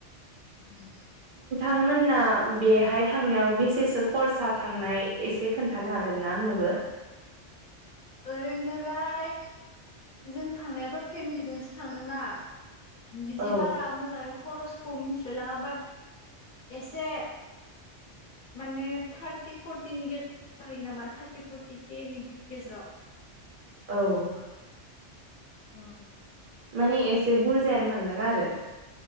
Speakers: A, on the left (about 55°); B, on the right (about 60°).
A: <inaudible>
B: नोंथां मोनना बेहाय थांनायाव बेसेसो खरसा थांनाय एसे खोनथानो हागोन ना आंनोबो <inaudible>
A: ओरैनोलाय जों थांनायाथ' फेमिलिजोंसो थांदोंना बिदि
B: औ
A: बारा मोजाङै खरसखौ मिथिलाय लाङा बाट एसे माने थारटि फरटिनि गेजेराव जाहैयो नामा थारटि फरटि के नि गेजेराव
B: औ
A: औ
B: माने एसे बुरजायानो थांदों आरो।